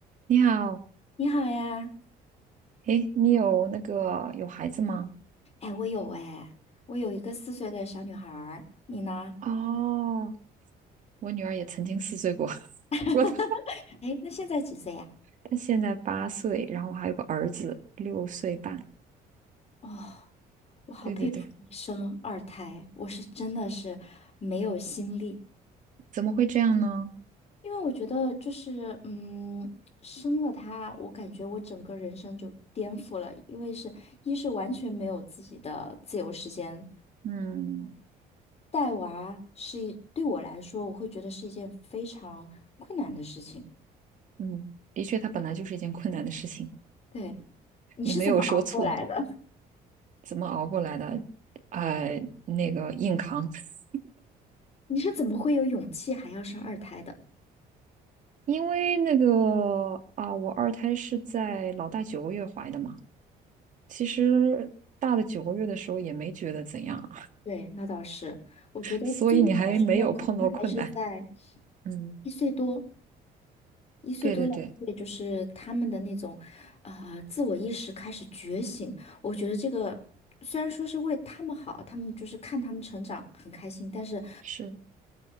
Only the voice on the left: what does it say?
你好呀，
哎，我有哎，我有一个四岁的小女孩儿，你呢？
<laughs>
哎，那现在几岁呀？
哦，我好佩服你生二胎，
我是真的是没有心力，
因为我觉得就是，嗯，生了她，我感觉我整个人生就颠覆了，因为是一是完全没有自己的自由时间，
带娃是一对我来说，我会觉得是一件非常困难的事情。
对，你是怎么熬过来的？
你是怎么会有勇气还要生二胎的？
对，那倒是，我觉得最那个时候可能还是在
一岁多、一岁多两岁，
就是他们的那种，呃，自我意识开始觉醒。我觉得这个虽然说是为他们好，他们就是看他们成长很开心，但是